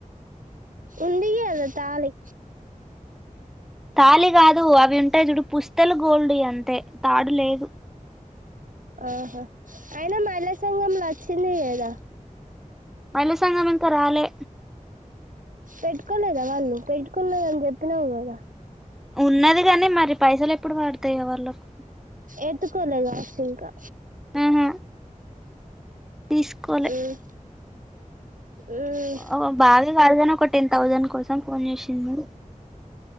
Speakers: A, on the right (about 75°); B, in the centre.
A: ఉంది కదా తాళి.
B: తాలి కాదు అవి ఉంటాయి చూడు పుస్తెలు గోల్డ్ యి అంతే తాడు లేదు
A: ఆహా అయినా మల్ల సంఘంలో వచ్చింది కదా
B: మల్లి సంఘం ఇంకా రాలే
A: పెట్టుకోలేదా వాళ్ళు పెట్టుకున్నదని చెప్పినావు కదా
B: ఉన్నది గానీ మరి పైసలు ఎప్పుడు పడతాయో వాళ్లకు
A: ఎతుకోలేగా సింకా
B: ఆహా తీసుకోలే
A: ఉమ్ ఉమ్
B: ఓ బాదె <unintelligible> ఒక టెన్ థౌసండ్ కోసం ఫోన్ చేసింది.